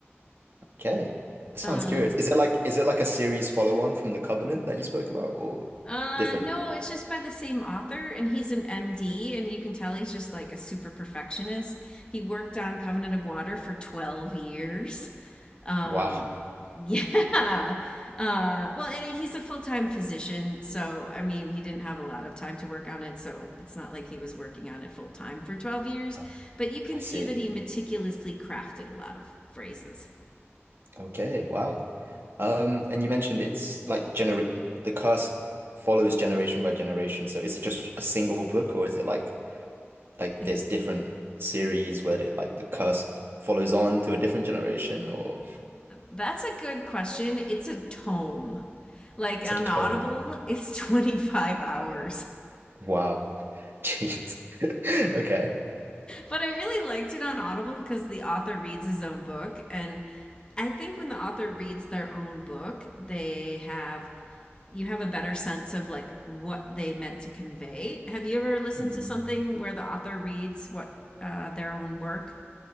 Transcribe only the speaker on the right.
Okay. That sounds
curious. Is it like is it like a series follow-on from The Covenant that you spoke about or
different?
Wow. <laughs>
Oh,
I see.
Okay, wow. Um, and you mentioned it's like gener the curse follows generation by generation. So is it just a single book or is it like like
there's different series where they like the curse follows on to a different generation or
it's
a tone.
Wow. <laughs> Jeez. <laughs> Okay.
Mm.